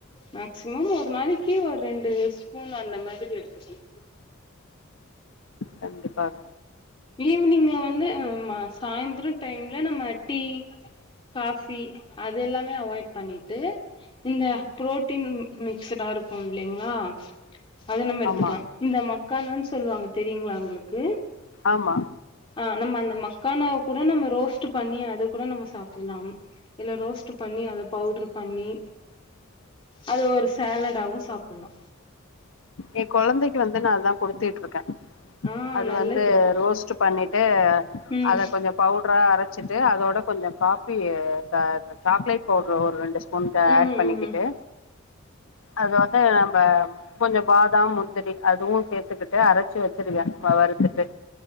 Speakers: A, on the left (about 25°); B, on the left (about 70°).
A: மேக்சிமம் ஒரு நாளக்கீ ஒரு ரெண்டு ஸ்பூன் அந்த மாரி எடுத்துக்கணு
B: கண்டிப்பாக
A: ஈவி்னிங்ல வந்து அ ம சாய்ந்ரோ டைம்ல நம்ம டீ காஃபி அது எல்லாமே அவாய்ட் பண்ணிட்டு இந்த ப்ரோட்டீன் மிக்ஸ்ஸுடா இருக்கு இல்லைங்ளா அது நம்ம எடுத்துக்லா
B: ஆமா
A: இந்த மக்கானானு சொல்வாங்க தெரியுங்ளா உங்களுக்கு
B: ஆமா
A: ஆ நம்ம அந்த மக்கானாவ கூட நம்ம ரோஸ்ட் பண்ணி அது கூட நம்ம சாப்ட்லாம் இல்ல ரோஸ்ட் பண்ணி அத பவுட்ரு பண்ணி அது ஒரு சேலடாவு சாப்ட்லா
B: ஏ கொழந்தைக்கு வந்து நா அதா கொடுத்துட்டு ருக்கே
A: ஆ
B: அது
A: நல்லது
B: வந்து
A: அது
B: ரோஸ்ட் பண்ணிட்டு
A: ம்
B: அத கொஞ்சோ பவ்ட்ரா அரச்சிட்டு அதோட கொஞ்சோ காபி சா சாக்லேட் பவ்ட்ர் ஒரு ரெண்டு ஸ்பூன் ஒன்கா
A: ம்
B: ஆட் பண்ணிக்கிட்டு
A: ம்
B: அத வந்து நம்ப கொஞ்சோ பாதாம் முந்திரி அதுவு சேத்துக்கிட்டு அரச்சி வச்சுருவே வ வறுத்துட்டு